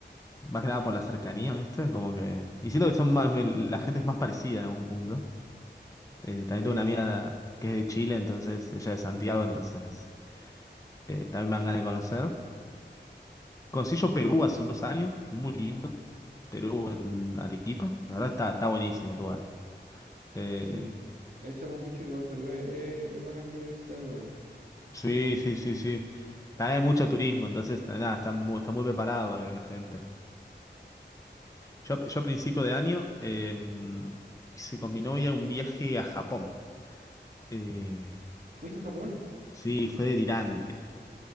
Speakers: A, on the left; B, on the right.
A: Más que nada por la cercanía, ¿viste? Como que. Y siento que son más, me- la gente es más parecida en algún punto. Eh, también
B: Eh,
A: tengo una amiga
B: sí,
A: que es de Chile, entonces ella es de Santiago, entonces eh, también me dan ganas de conocer. Conocí yo Perú hace unos años, muy lindo. Perú en Arequipa. La verdad está, está buenísimo el lugar. Eh,
B: sí. Eso me han dicho que igual Perú es, es- es bacán de ir a visitar, weón.
A: sí, sí, sí, sí. También hay mucho turismo, entonces ta- nada, está muy, está muy preparado para que venga gente. Yo, yo a principio de año eh, hice con mi novia un viaje a Japón. Eh,
B: ¿Fuiste a Japón?
A: Sí, fue delirante.